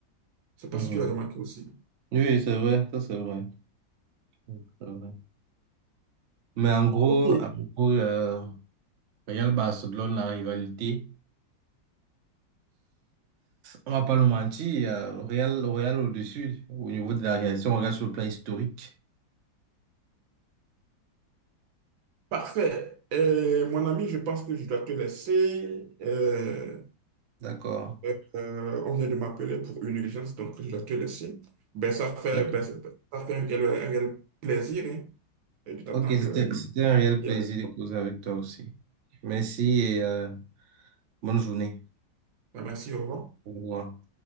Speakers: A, on the right; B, on the right.
A: Je ne sais
B: Mhm.
A: pas si tu l'as remarqué aussi.
B: Oui, oui, c'est vrai, ça c'est vrai. C'est vrai. Mais en gros,
A: Ok,
B: en gros, euh, Real Barcelone, la rivalité. On va pas le mentir, il y a le Real, le Real au-dessus, au niveau de la réalisation, on regarde sur le plan historique.
A: Parfait. Euh, mon ami, je pense que je dois te laisser. Euh,
B: D'accord.
A: euh, euh, on vient de m'appeler pour une urgence, donc je dois te laisser. Ben, ça fait,
B: D'accord.
A: ben, ça fait un réel, un réel plaisir hein, de t'attendre.
B: Ok, c'était,
A: euh,
B: c'était un réel
A: ici
B: plaisir
A: avec
B: de causer avec toi aussi. Merci et euh, bonne journée.
A: Ben, merci, au revoir.
B: Au revoir.